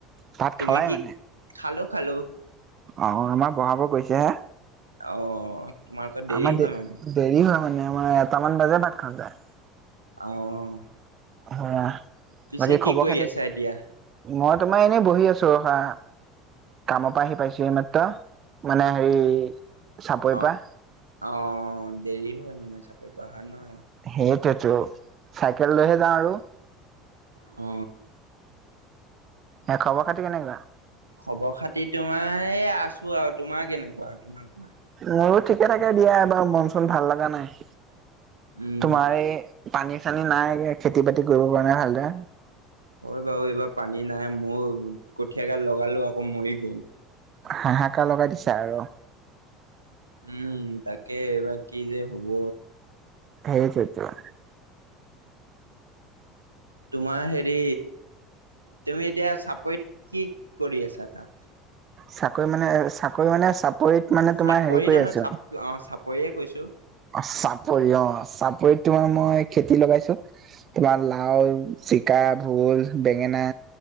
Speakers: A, on the right; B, on the right.
A: ভাত
B: তুমি
A: খালাই
B: কি,
A: মানে
B: খালো-খালো।
A: অ', আমাৰ বহাব গৈছেহে।
B: অ, তোমালোকৰ দেৰি
A: আমাৰ দে
B: হয় মানে
A: দেৰি হয় মানে আমাৰ এটামান বাজে ভাত খা যায়।
B: অ',
A: অ,
B: পিছে
A: বাকী
B: কি
A: খবৰ
B: কৰি
A: খাতি
B: আছা এতিয়া
A: মই তোমাৰ এনেই বহি আছো হা। কামৰ পৰা আহি পাইছো মাত্ৰ মানে হেৰি চাপৰিৰ
B: অ
A: পৰা।
B: অ, দেৰি হয় মানে চাপৰি পৰা আহা ন।
A: সেইটোতো, চাইকেল লৈহে যাওঁ আৰু।
B: অ,
A: খবৰ খাতি কেনেকুৱা?
B: খবৰ খাতি তোমাৰ আছো আৰু, তোমাৰ কেনেকুৱা তোমাৰ কোৱা?
A: মোৰো ঠিকে থাকে দিয়া এবাৰ মন চোন ভাল লগা নাই।
B: উম
A: তোমাৰ এই পানী চানী নাই খেতি বাতি কৰিব পৰা নাই ভালদৰে।
B: হয় বাৰু এইবাৰ পানী নাই মোৰ কঠীয়া গাল লগালো আকৌ মৰি গল।
A: হাহাকাৰ লগাই দিছে আৰু।
B: উম, তাকে এইবাৰ কি যে হ'ব?
A: সেইটোৱেটো।
B: তোমাৰ হেৰি, তুমি এতিয়া চাপৰিত কি কৰি আছা তাত?
A: চাকৰি মানে চাকৰি মানে চাপৰিত মানে তোমাৰ
B: চাকৰি
A: হেৰি কৰি
B: নহয়
A: আছো
B: চাপ অ, চাপৰিয়ে কৈছো?
A: অ', চাপৰি অ, চাপৰিত তোমাৰ মই খেতি লগাইছো। তোমাৰ লাও, জিকা, ভোল, বেঙেনা,